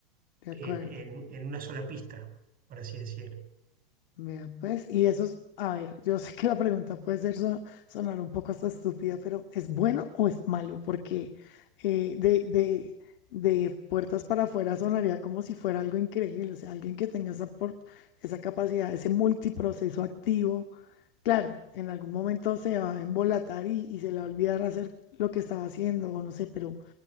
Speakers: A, on the left (about 65°); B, on the right (about 30°).
A: De
B: en,
A: acuerdo.
B: en- en una sola pista, por así decir.
A: Vea, pues, y eso es, a ver, yo sé que la pregunta puede ser so- sonar un poco hasta estúpida, pero ¿es bueno o es malo? Porque eh, de, de, de puertas para afuera sonaría como si fuera algo increíble, o sea, alguien que tenga esa, por- esa capacidad, ese multiproceso activo, claro, en algún momento se va a embolatar y, y se le va a olvidar hacer lo que estaba haciendo, o no sé, pero